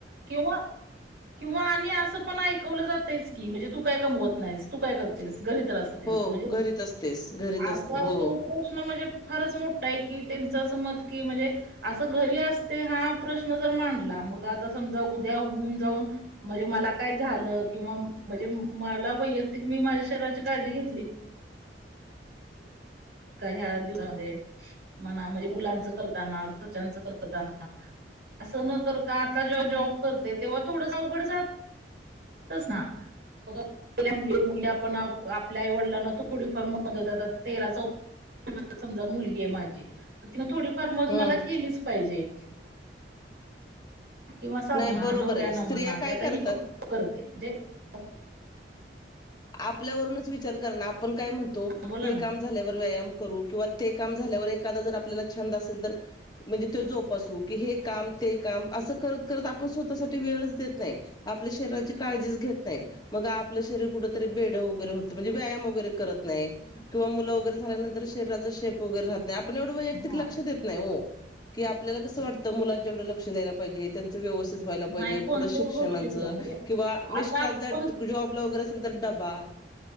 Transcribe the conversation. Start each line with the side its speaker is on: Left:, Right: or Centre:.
Right: किंवा किंवा आणि असं पण ऐकवलं जातंच की म्हणजे तू काय कामवत नाहीस तू काय करतेस घरी तर असते.
Left: हो
Right: म्हणजे
Left: घरीच असतेस घरीच
Right: असा
Left: असते हो
Right: तो- प्रश्न न म्हणजे फारच मोठा आहे की त्यांच असं मत की म्हणजे असं घरी असते हा प्रश्न जर मांडला मग आता समजा उद्या होऊन जाऊन, म्हणजे मला काय झालं किंवा म्हणजे मला वैयक्तिक मी माझ्या शरीराची काळजी घेतली. का ह्या दिवसामध्ये म्हणा म्हणजे मुलांच करताना घरच्यांचं करताना, असं न करता आता जेव्हा जॉब करते तेव्हा थोडंस अवघड जातं. तसा. मुली आपण आपल्या आई वडलांना थोडीफार मदत तेरा <inaudible> आता समजा मुलगी आहे माझी, तीला तिनं थोडीफार मदत
Left: हम्म
Right: मला केलीच पाहिजे. किंवा सजमा
Left: नाही बरोबर
Right: नवऱ्यानं
Left: आहे स्त्रिया
Right: म्हणा
Left: काय
Right: आता ही
Left: करतात
Right: पक, पक करते. असं.
Left: आपल्यावरूनच विचार कर ना. आपण काय म्हणतो
Right: हा, बोला
Left: हे
Right: ना
Left: काम झाल्यावर व्यायाम करू किंवा ते काम झाल्यावर एखादा जर आपल्याला छंद असेल तर म्हणजे तो जोपासू की हे काम ते काम असं करत करत आपण स्वतःसाठी वेळच देत ना आपल्या शरीराची काळजीच घेत नाही मग आपलं <unintelligible> कुठेतरी बेढं वगैरे होतं मजी व्यायाम वगैरे करत नाही. किंवा मुलं वगैरे झाल्यानंतर शरीराचा शेप <unintelligible> आपलं एवढं वैयक्तिक
Right: हा
Left: लक्ष देत नाही वो, की आपल्याला कसं वाटतं मुलांच्याकडं लक्ष द्यायला पाहिजे. त्यांच व्यवस्थित व्हायलाजे पायजे
Right: नाही कोणत्याच
Left: पुढे शिक्षणाचं
Right: गोष्टीकडे म्हणजे
Left: किंवा मिस्टरांच
Right: आता आपण
Left: जाॅबला वरच <unintelligible> डबा.